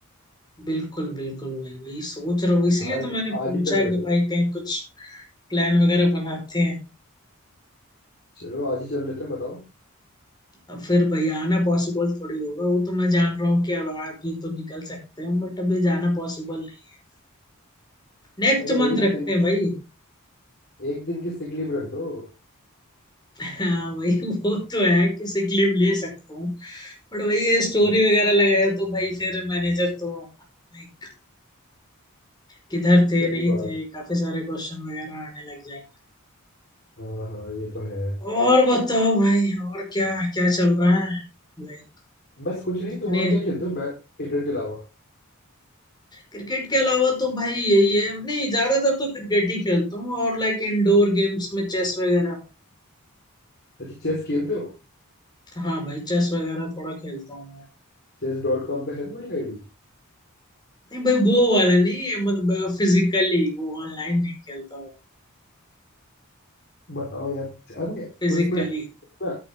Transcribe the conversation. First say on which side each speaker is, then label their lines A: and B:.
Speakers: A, on the left (about 20°); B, on the left (about 50°).
A: बिल्कुल बिल्कुल भाई वही सोच रहा हूँ इसीलिए
B: हाँ
A: तो मैंने पूछा
B: आज ही चल लेते
A: कि
B: हैं
A: भाई कहीं कुछ प्लान वगैरह बनाते हैं
B: चलो आज ही चल लेते हैं बताओ
A: अब फिर भाई आना पॉसिबल थोड़ी होगा वो तो मैं जान रहा हूँ कि अब अभी तो निकल सकते हैं बट अभी जाना पॉसिबल नहीं है नेक्स्ट
B: अरे
A: मंथ
B: भाई एक
A: रखते
B: दिन
A: हैं भाई
B: एक दिन की सिक लीव रख दो
A: हाँ भाई <laughs> वो तो है कि सिक लीव ले सकता हूँ बट वही ये स्टोरी
B: हाँ,
A: वगैरह लगाया तो भाई फिर मैनेजर तो लाइक किधर थे
B: सही
A: नहीं
B: बात
A: थे काफी सारे क्वेश्चन वगैरह आने लग जाएंगे
B: हाँ हाँ ये तो है
A: और बताओ भाई और क्या क्या चल रहा है लाइक
B: बस कुछ नहीं
A: इतने
B: तुम और क्या खेलते हो बै- क्रिकेट के अलावा
A: क्रिकेट के अलावा तो भाई यही है नहीं ज्यादातर तो क्रिकेट ही खेलता हूँ और लाइक इंडोर गेम्स में चेस वगैरह
B: अच्छा चेस खेलते हो
A: हाँ भाई चेस वगैरह थोड़ा खेलता हूँ मैं
B: चेस डॉट कॉम पे है तुम्हारी आईडी
A: नहीं भाई वो वाला नहीं मतलब फिजिकली वो ऑनलाइन नहीं खेलता मैं
B: बताओ यार अरे
A: फिजिकली
B: उसमें उसमें